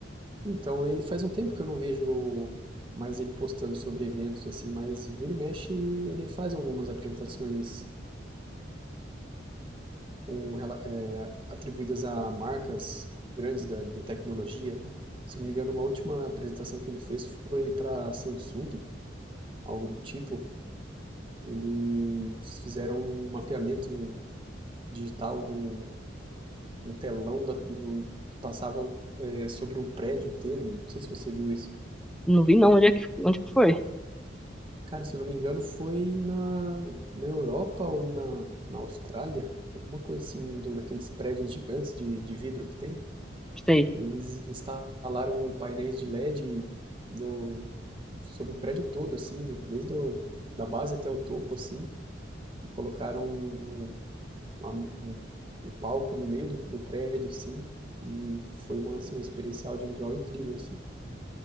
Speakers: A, on the right; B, in the centre.
A: Então, ele faz um tempo que eu não vejo mais ele postando sobre eventos, assim, mas vira e mexe ele faz algumas apresentações com, rela- eh, atribuídas a marcas grandes da, de tecnologia. Se eu não me engano, uma última apresentação que ele fez foi para Samsung, algo do tipo. Eles fizeram um mapeamento digital num, num telão da- do- que passava eh, sobre um prédio inteiro. Não sei se você viu isso.
B: Não vi não, onde é que, onde que foi?
A: Cara, se eu não me engano, foi na, na Europa ou na, na Austrália, alguma coisa assim, um do, daqueles prédios gigantes de, de vidro que tem.
B: Sei.
A: Eles instalaram painéis de LED do, sobre o prédio todo, assim, do- desde o, da base até o topo, assim, e colocaram um, uma- um, um palco no meio do, do prédio, assim, e foi uma, assim, uma experiência audiovisual incrível, assim.